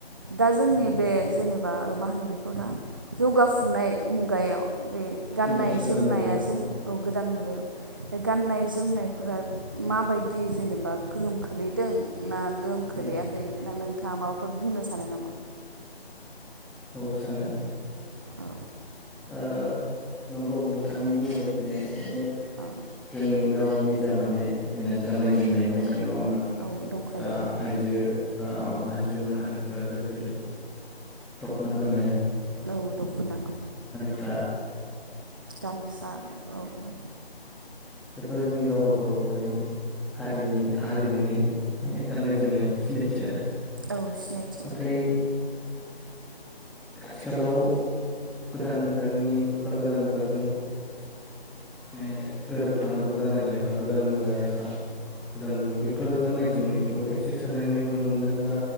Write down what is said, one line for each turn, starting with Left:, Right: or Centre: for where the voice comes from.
Right: दा जोंनि
Centre: उम
Right: बे जेने बा मा होनो बेखौ दा जौगाफुनाय मुगायाव बे गाननाय
Centre: उम गोदान
Right: जोमनाया
Centre: मुगायाव
Right: जों
Centre: उम
Right: औ गोदान मुगायाव बे गाननाय जोमनायफोरा माबायदि जेनेबा गोहोम खोलैदों ना गोहोम खोलैयाखै
Centre: औ
Right: नोंथाङा माबाफोर बुंनो सानो नामा?
Centre: औ सानो।
Right: औ
Centre: ओ नंगौ नोंथांनि बुंनाय बायदिनो बे
Right: औ
Centre: जों गाव निजा माने <unintelligible> गाननाय जोमनाय दंखा यो नङा होमबा
Right: औ दंखायो
Centre: दा
Right: औ
Centre: आइजो बा आइजो माहारिफ्रा जेरैबायदि दखना गानो।
Right: औ दख'ना।
Centre: फ्रा
Right: गामसा औ-औ
Centre: बेफोर जोंनि गावबा गावनि माने हारिनि हारिमुनि माने गाननाय जोमनाय सिनायथि आरो।
Right: औ सिनायथि
Centre: नाथाय आथिखालाव गोदान मुगानि बा गोदान मुगाजों माने गोरोबफानांगौ जानायलाय बा गोदान मुगाया गोदान मुगायाव बेफोर गाननाय जोमनायखौ एसे सोलायनाय नुनो मोन्दों बा